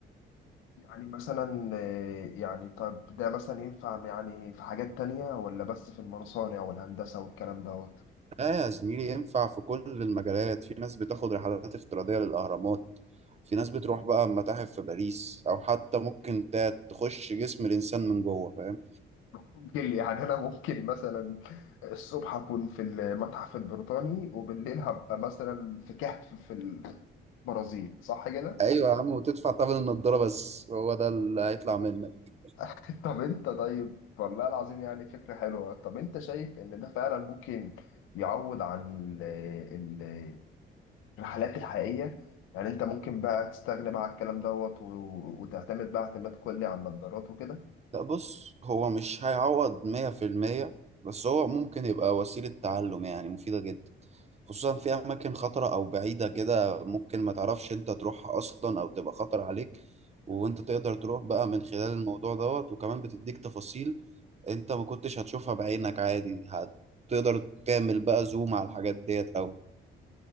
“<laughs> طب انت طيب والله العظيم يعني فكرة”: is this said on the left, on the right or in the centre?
Left